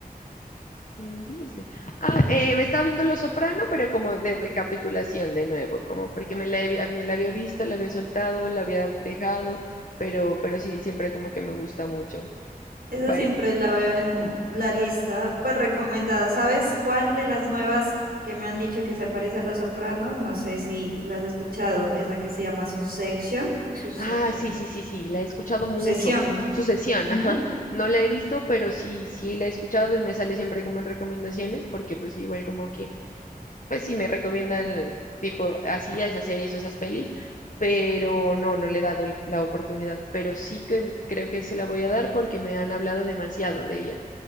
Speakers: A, on the left; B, on the right.
A: en Disney. Ah, eh, me estaba viendo Los Soprano, pero como de recapitulación de nuevo, como porque me la, había- me la había visto, la había soltado, la había dejado, pero, pero sí, siempre como que me gusta mucho.
B: Esa
A: Vale.
B: siempre la veo en la lista, pues recomendada. ¿Sabes cuál de las nuevas que me han dicho que se parece a Los Sopranos? No sé si las has escuchado, esa que se llama Succession, Succession,
A: Ah, sí, sí, sí, sí, la he escuchado mucho.
B: Sucesión.
A: Sucesión,
B: Ujú.
A: ajá. No la he visto, pero sí, sí la he escuchado y me sale siempre como en recomendaciones, porque pues igual como que pues sí me recomiendan tipo así a esas series o esas pelis, pero no, no le he dado el- la oportunidad, pero sí que creo que se la voy a dar porque me han hablado demasiado de ella.